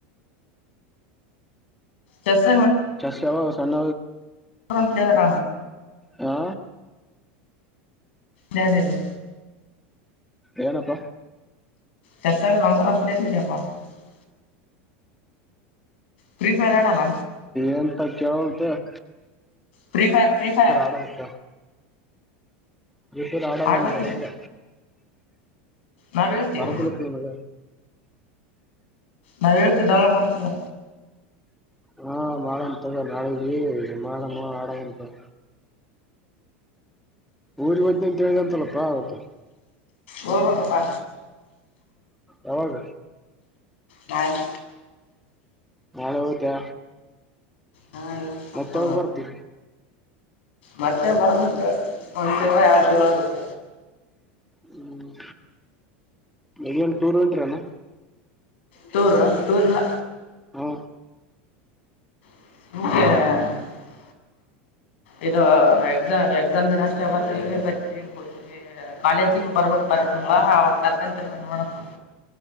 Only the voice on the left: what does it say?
ಚೆಸ್
ಒಂದ್ ಪ್ಲೇಯರ್
ದದ <unintelligible>
ಚಷ್ಟತ ನಮಗ ರಾಮ ಪ್ಲೇಟ್ಲಿಿಗೆಪಾ <unintelligible> ಪ್ರಫೀಫೈರ್ ಹಡಲ್ಲ
ಫ್ರೀ ಫೈರ್ ಫ್ರೀ ಫೈರ್
ಆಡ್ಬೇಕು
ನಾವ್ ಹೇಳ್ತಿವಿ
ನಾವ ಹೇಳ್ತೀವಿ ಡಲ ಮಾಡ್ತಿಲ್ಲ
ಹೋಗ ಕಪ್ಪಾ
ನಾಳ್
ನಾಳೆ ಸ್ವಲ್ಪ
ಮತ್ತೆ ಬರ್ಬೇಕು ಒಂದ್ ತಿಂಳ ಎರಡು ತಿಂಳ ಬೇಕ
ಟೂರ್ ಟೂರ್ ಎಲ್ಲ
<unintelligible> ಇದು ಎಕ್ಸಾಮ್ ಎಕ್ಸಾಮ್ ದಿನ ಅಷ್ಟೇ ಮತವಿ ಬರ್ತೀವಿ ಗವಿ ಕಾಲೇಜಿಗು ಬರ್ಬೇಕಕ್ ಬರ ತಿಗಳ ಅವಾಗ ಕರ್ಕಂತರಿ ನ ನೋಡಪ್ಪ